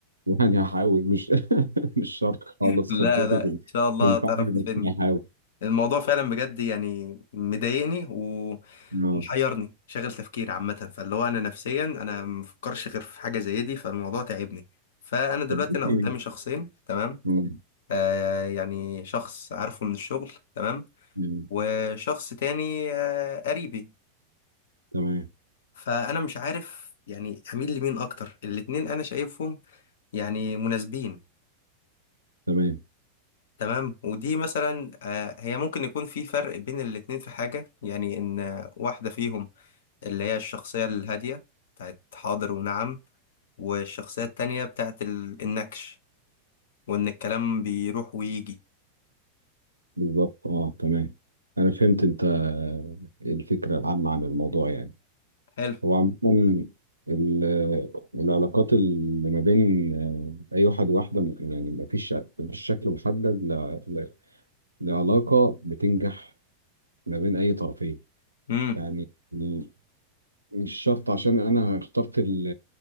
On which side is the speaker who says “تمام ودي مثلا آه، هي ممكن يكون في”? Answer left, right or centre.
Left